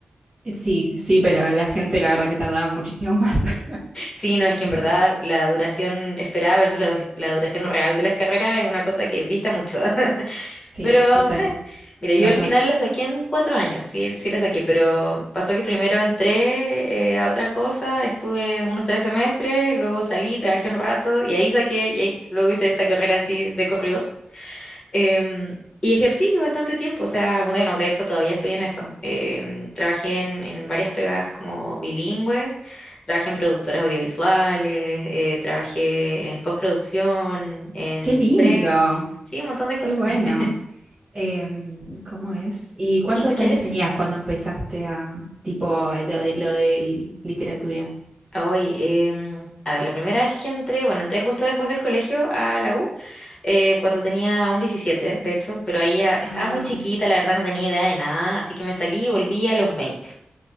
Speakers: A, on the right; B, on the left.
A: Sí, sí, pero la gente la verdad que tardaba muchísimo más. <laughs>
B: Sí, no, es que
A: Sí.
B: en verdad la duración esperada versus la, la duración real de las carreras es una cosa que dista mucho.
A: Sí,
B: Pero,
A: total,
B: meh. Mira, yo
A: la
B: al
A: verdad.
B: final la saqué en cuatro años, sí, sí la saqué, pero pasó que primero entré eh, a otra cosa, estuve unos tres semestres, luego salí, trabajé un rato y ahí saqué, y ahí, luego hice esta carrera así de corrido. Em, y ejercí bastante tiempo, o sea, bueno, de hecho todavía estoy en eso. Em, trabajé en, en varias pegadas como bilingües, trabajé en productoras audiovisuales, eh, trabajé en postproducción, en
A: Qué lindo,
B: pre, sí, un montón de cosas.
A: qué bueno.
B: <laughs>
A: Em, ¿cómo es? ¿Y cuántos
B: ¿Y tú qué
A: años
B: has hecho?
A: tenías cuando empezaste a, tipo, lo de, lo de literatura?
B: Hoy, em, a ver, la primera vez que entré, bueno, entré justo después del colegio a la U, eh, cuando tenía un 17, de hecho, pero ahí ya estaba
A: Ah,
B: muy chiquita, la verdad no tenía idea de nada, así que me salí y volví a los veinte